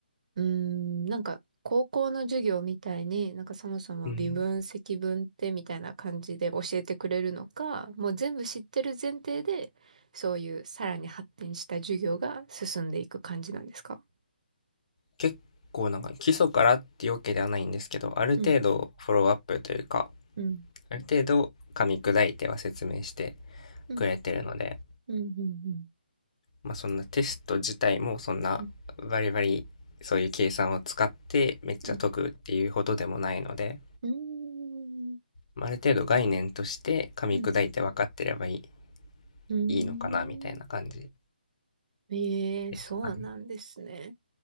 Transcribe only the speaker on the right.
うーん、なんか、高校の授業みたいに、なんかそもそも微分、
積分ってみたいな感じで教えてくれるのか、もう全部知ってる前提で、そういうさらに発展した授業が進んでいく感じなんですか
うん、うん、
うん、
うん、うん、
うん、うん、うん、うん、
うん、うん、うん
えー、
そうなんですね。